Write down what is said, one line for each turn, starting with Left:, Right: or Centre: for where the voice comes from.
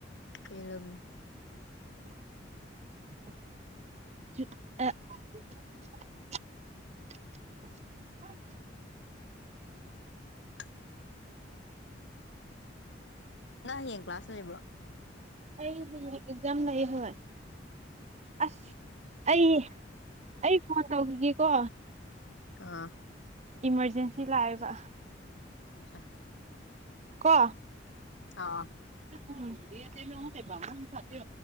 Left: ꯀꯂꯕꯅꯦ
Right: ꯑ <unintelligible>
Left: <unintelligible> ꯅꯪ ꯍꯌꯦꯡ ꯀ꯭ꯂꯥꯁꯅ ꯂꯩꯕ꯭ꯔꯣ
Right: ꯑꯩ ꯑꯦꯛꯖꯝ ꯂꯩꯥꯏ ꯍ ꯑꯁ ꯑꯩ ꯑꯩ ꯐꯣꯟ ꯇꯧꯈꯤꯒꯦꯀꯣ
Left: ꯑꯥ
Right: ꯏꯃꯥꯔꯖꯦꯟꯁꯤ ꯂꯥꯛꯑꯦꯕ
Left: ꯑꯆꯥ
Right: ꯀ
Left: ꯑꯥ ꯑꯥ
Right: ꯎꯝ ꯌꯦ ꯑꯃꯨ ꯀꯕꯥꯝꯃ ꯊꯗ